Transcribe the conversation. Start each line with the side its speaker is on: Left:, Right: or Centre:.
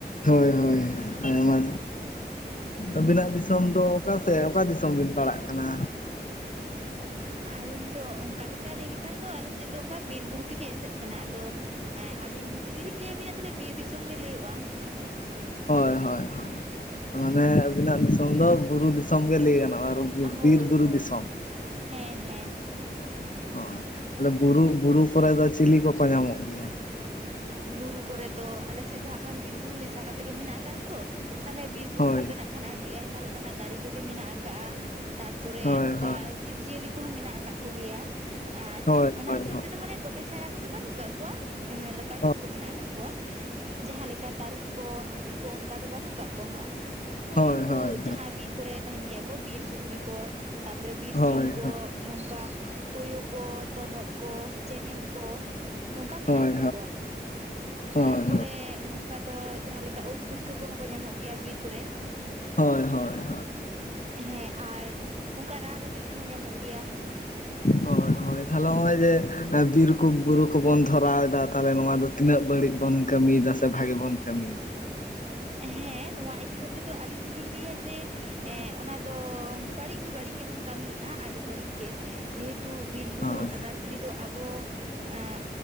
Left: ᱦᱳᱭ ᱦᱳᱭ ᱦᱮᱸ ᱢᱟ ᱟᱹᱵᱤᱱᱟᱜ ᱫᱤᱥᱚᱢ ᱫᱚ ᱚᱠᱟ ᱥᱮᱫ ᱚᱠᱟ ᱫᱤᱥᱚᱢ ᱵᱤᱱ ᱯᱟᱲᱟᱜ ᱠᱟᱱᱟ?
Right: ᱟᱞᱤᱧ ᱫᱚ ᱚᱝᱠᱟ ᱞᱮᱠᱟ ᱞᱟᱹᱭ ᱞᱮᱠᱷᱟᱱ ᱫᱚ ᱟᱞᱮᱥᱮᱫ ᱫᱚ ᱚᱱᱠᱟ ᱵᱤᱨ ᱵᱩᱨᱩ ᱛᱮᱜᱮ ᱮᱥᱮᱫ ᱠᱟᱱᱟ ᱟᱫᱚ ᱟᱹᱵᱤᱱ ᱡᱩᱫᱤ ᱞᱤᱧ ᱞᱟᱹᱭᱟᱵᱤᱱᱟ ᱛᱟᱦᱚᱞᱮ ᱵᱤᱨ ᱫᱤᱥᱚᱢ ᱜᱮ ᱞᱟᱹᱭᱚᱜ-ᱟ᱾
Left: ᱦᱚᱭ ᱦᱚᱭ ᱦᱚᱭ ᱢᱟᱱᱮ ᱟᱵᱤᱱᱟᱜ ᱫᱤᱥᱚᱢ ᱫᱚ ᱵᱩᱨᱩ ᱫᱤᱥᱚᱢ ᱜᱮ ᱞᱟᱹᱭ ᱜᱟᱱᱚᱜ-ᱟ᱾
Right: ᱦᱳᱭ
Left: ᱵᱤᱨ ᱵᱩᱨᱩ
Right: ᱦᱳᱭ
Left: ᱫᱤᱥᱚᱢ
Right: ᱦᱮᱸ ᱦᱮᱸ
Left: ᱦᱚᱸᱭ ᱵᱩᱨᱩ ᱵᱩᱨᱩ ᱠᱚᱨᱮ ᱫᱚ ᱪᱤᱞᱤ ᱠᱚᱠᱚ ᱧᱟᱢᱚᱜ ᱜᱮᱭᱟ?
Right: ᱵᱩᱨᱩ ᱠᱚᱨᱮᱜ ᱫᱚ ᱟᱞᱮᱥᱮᱫ ᱫᱚ ᱦᱟᱜ ᱠᱷᱟᱱ ᱵᱤᱨ ᱵᱩᱨᱩ ᱢᱮᱥᱟ ᱠᱟᱛᱮᱜ ᱜᱮ ᱢᱮᱱᱟᱜ ᱟᱠᱟᱫ-ᱟ ᱛᱚ ᱛᱟᱦᱞᱮ ᱵᱤᱨ ᱵᱩᱨᱩ
Left: ᱦᱳᱭ
Right: ᱨᱮᱫᱚ ᱱᱟᱜ ᱠᱷᱟᱱ ᱟᱹᱰᱤ ᱟᱭᱢᱟ ᱞᱮᱠᱟᱱᱟᱜ ᱫᱟᱨᱮ ᱠᱚᱜᱮ ᱢᱮᱱᱟᱜ ᱟᱠᱟᱜ-ᱟ, ᱛᱟᱨᱯᱚᱨᱮ
Left: ᱦᱳᱭ
Right: ᱱᱚᱝᱠᱟ
Left: ᱦᱳᱭ
Right: ᱡᱤᱵ ᱡᱤᱭᱟᱹᱞᱤ ᱠᱚᱦᱚᱸ ᱢᱮᱱᱟᱜ ᱟᱠᱟᱫ ᱠᱚᱜᱮᱭᱟ ᱟᱨ
Left: ᱦᱳᱭ
Right: ᱚᱱᱟ
Left: ᱦᱳᱭ
Right: ᱦᱤᱥᱟᱹᱵ ᱛᱮᱫᱚ ᱢᱟᱱᱮ ᱫᱚᱢᱮ ᱥᱮᱬᱟ ᱠᱚᱫᱚ ᱵᱟᱹᱱᱩᱜ ᱟᱠᱟᱫ ᱠᱚᱣᱟ ᱠᱚᱣᱟ ᱠᱟᱹᱴᱤᱡ
Left: ᱦᱳᱭ
Right: ᱠᱚ ᱢᱮᱱᱟᱜ ᱠᱟᱫ ᱠᱚᱣᱟ ᱡᱟᱸᱦᱟᱸ ᱞᱮᱠᱟ ᱛᱟᱹᱨᱩᱵ ᱠᱚ ᱦᱟᱹᱛᱤ ᱠᱚ ᱚᱱᱠᱟ ᱫᱚ ᱵᱟᱹᱱᱩᱜ ᱠᱟᱜ ᱠᱚᱣᱟ ᱦᱟᱸᱜ ᱦᱮᱸ
Left: ᱦᱳᱭ
Right: ᱩᱱᱠᱩ
Left: ᱦᱳᱭ
Right: ᱡᱟᱦᱟ ᱵᱤᱨ ᱠᱚᱨᱮ ᱛᱟᱦᱮᱱ ᱜᱮᱭᱟ ᱠᱚ ᱵᱤᱨ ᱥᱩᱠᱨᱤ ᱠᱚ ᱛᱟᱯᱚᱨᱮ ᱵᱤᱨ
Left: ᱦᱳᱭ
Right: ᱥᱤᱢ
Left: ᱦᱳᱭ ᱦᱳᱭ
Right: ᱠᱚ ᱱᱚᱝᱠᱟ ᱛᱩᱭᱩ ᱠᱚ ᱛᱚᱨᱦᱚᱫ ᱠᱚ ᱪᱮᱢᱮᱧ ᱠᱚ ᱱᱚᱝᱠᱟ ᱢᱮᱱᱟᱜ
Left: ᱦᱳᱭ
Right: ᱟᱠᱟᱫ
Left: ᱦᱳᱭ
Right: ᱠᱚᱣᱟ᱾
Left: ᱦᱳᱭ
Right: ᱛᱟᱨᱯᱚᱨᱮ ᱱᱚᱝᱠᱟ ᱫᱚ ᱡᱟᱦᱟ ᱞᱮᱠᱟ ᱩᱫ ᱯᱷᱩᱴᱠᱟᱹ ᱠᱚᱦᱚᱸ ᱠᱚ ᱧᱟᱢᱚᱜ ᱵᱤᱨ ᱠᱚᱨᱮ
Left: ᱦᱳᱭ ᱦᱳᱭ
Right: ᱦᱮᱸ ᱟᱨ ᱚᱱᱠᱟ ᱨᱟᱱ ᱨᱮᱦᱮᱫ ᱠᱚᱦᱚᱸ ᱧᱟᱢᱚᱜ ᱜᱮᱭᱟ᱾
Left: ᱦᱳᱭ ᱦᱳᱭ ᱛᱟᱦᱚᱞᱮ ᱱᱚᱜᱼᱚᱭ ᱡᱮ ᱵᱤᱨ ᱠᱚ ᱵᱩᱨᱩ ᱠᱚᱵᱚᱱ ᱫᱷᱚᱨᱟᱣᱮᱫᱟ ᱛᱟᱦᱚᱞᱮ ᱱᱚᱣᱟ ᱫᱚ ᱛᱤᱱᱟᱹᱜ ᱵᱟᱹᱲᱤᱡ ᱵᱚᱱ ᱠᱟᱹᱢᱤᱭᱮᱫᱟ ᱥᱮ ᱵᱷᱟᱜᱤ ᱵᱚᱱ ᱠᱟᱹᱢᱤᱭᱮᱫᱟ
Right: ᱦᱮᱸ ᱱᱚᱣᱟ ᱤᱫᱤ ᱠᱟᱛᱮᱜ ᱫᱚ ᱟᱞᱤᱧ ᱫᱚᱞᱤᱧ ᱞᱟᱹᱭᱟ ᱡᱮ ᱮᱸᱜ ᱚᱱᱟ ᱫᱚ ᱵᱟᱹᱲᱤᱡ ᱫᱚ ᱵᱟᱹᱲᱤᱡ ᱜᱮᱵᱚᱱ ᱠᱟᱹᱢᱤᱭᱮᱫ-ᱟ᱾ ᱟᱹᱰᱤ ᱵᱟᱹᱲᱤᱡ ᱜᱮ ᱡᱮᱦᱮᱛᱩ ᱵᱤᱨ ᱵᱩᱨᱩ
Left: ᱦᱳᱭ
Right: ᱟᱛᱟᱨ ᱜᱤᱲᱤ ᱫᱚ ᱟᱵᱚ ᱮᱜ